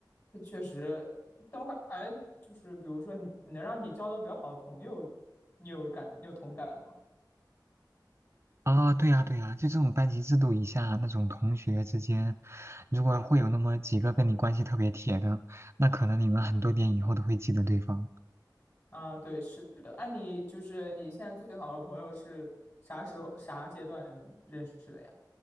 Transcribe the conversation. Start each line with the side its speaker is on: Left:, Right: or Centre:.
Left: 它确实，但我感感觉就是，比如说你能让你交到比较好的朋友，你有感你有同感吗？
Right: 啊，对呀，对呀，就这种班级制度以下，那种同学之间，如果会有那么几个跟你关系特别铁的，那可能你们很多年以后都会记得对方。
Left: 啊，对，是的。哎、你就是你现在最好的朋友是啥时候、啥阶段认识的呀？